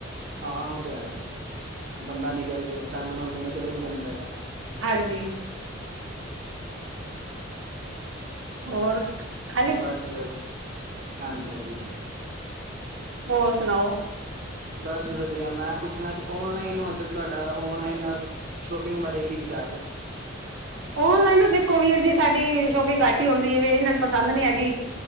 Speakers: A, on the right (about 45°); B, on the right (about 85°).
A: ਹਾਂ ਉਹ ਤੇ ਹੈ ਬੰਦਾ ਨਿਕਲ ਗਿਆ ਫਰੈਂਡ ਨਾਲ ਬੰਦਾ ਚਲੇ ਵੀ ਜਾਦਾ
B: ਹਾਂਜੀ ਹੋਰ ਖਾਲੀ
A: ਬਸ ਵਧੀਆ ਹਾਂਜੀ-ਹਾਂਜੀ
B: ਹੋਰ ਸੁਣਾਓ
A: ਬਸ ਵਧੀਆ ਮੈਂ ਪੁੱਛਣਾ ਸੀ ਔਨਲਾਈਨ ਤੁਹਾਡਾ ਔਨਲਾਈਨ ਸ਼ੋਪਿੰਗ ਬਾਰੇ ਕੀ ਵਿਚਾਰ ਹੈ
B: ਓਨਲਾਈਨ ਤਾਂ ਦੇਖੋ ਵੀਰ ਜੀ ਸਾਡੀ ਸ਼ੋਪਿੰਗ ਘੱਟ ਹੀ ਹੁੰਦੀ ਹੈ। ਇਹਨਾਂ ਨੂੰ ਪਸੰਦ ਨੀ ਹੈਗੀ